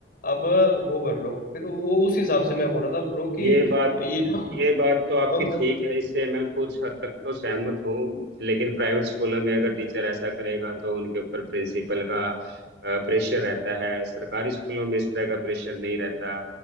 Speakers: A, on the left; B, on the right.
A: अब वो कर लो फिर वो उस हिसाब से मैं बोल रहा था ब्रो
B: ये
A: कि
B: बात
A: ये जो
B: ये बात तो आपकी
A: गव-
B: ठीक है इससे मैं कुछ हद तक तो सहमत हूँ लेकिन प्राइवेट स्कूलों में अगर टीचर ऐसा करेगा तो उनके ऊपर प्रिंसिपल का प्रेशर रहता है सरकारी स्कूलों में इस तरह का प्रेशर नहीं रहता